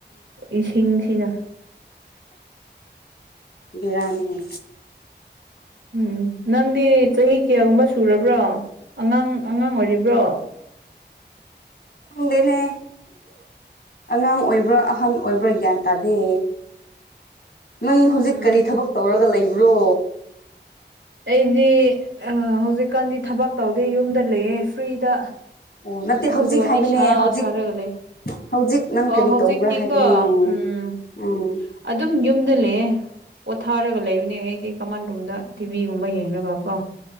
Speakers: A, on the right; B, on the left.
A: ꯏꯁꯤꯡꯁꯤꯅ
B: ꯕꯦꯔꯥꯅꯤ
A: ꯎꯝ ꯅꯪꯗꯤ ꯆꯍꯤ ꯀꯌꯥꯒꯨꯝꯕ ꯁꯨꯔꯕ꯭ꯔꯣ ꯑꯉꯥꯡ ꯑꯉꯥꯡ ꯑꯣꯏꯔꯤꯕ꯭ꯔꯣ
B: ꯈꯪꯗꯦꯅꯦ ꯑꯉꯥꯡ ꯑꯣꯏꯕ꯭ꯔꯥ ꯑꯍꯟ ꯑꯣꯏꯕ꯭ꯔꯥ ꯒ꯭ꯌꯥꯟ ꯇꯥꯗꯦ ꯅꯪ ꯍꯧꯖꯤꯛ
A: ꯎꯝ
B: ꯀꯔꯤ ꯊꯕꯛ ꯇꯧꯔꯒ ꯂꯩꯕ꯭ꯔꯣ
A: ꯑꯩꯗꯤ ꯍꯧꯖꯤꯛ ꯀꯥꯟꯗꯤ ꯊꯥꯕꯛ ꯇꯧꯗꯦ ꯌꯨꯝꯗ ꯂꯩꯌꯦ ꯐ꯭ꯔꯤꯗ
B: ꯑꯣ ꯅꯠꯇꯦ
A: ꯑꯗꯨ
B: ꯍꯧꯖꯤꯛ
A: ꯋꯥꯔꯤ
B: ꯍꯥꯏꯕꯅꯦ
A: ꯁꯥ
B: ꯍꯧꯖꯤꯛ
A: ꯁꯥꯔꯒ ꯂꯩ
B: ꯍꯧꯖꯤꯛ ꯅꯪ
A: ꯑꯣ
B: ꯀꯔꯤ
A: ꯍꯧꯖꯤꯛꯇꯤ
B: ꯇꯧꯕ꯭ꯔꯥ ꯍꯥꯏꯕꯅꯦ
A: ꯀꯣ ꯎꯝ
B: ꯎꯝ
A: ꯑꯗꯨꯝ ꯌꯨꯝꯗ ꯂꯩꯌꯦ ꯄꯣꯊꯥꯔꯒ ꯂꯩꯕꯅꯦ ꯑꯩꯗꯤ ꯀꯥꯃꯟ ꯔꯨꯝꯗ ꯇꯤꯚꯤꯒꯨꯝꯕ ꯌꯦꯡꯉꯒ ꯀꯣ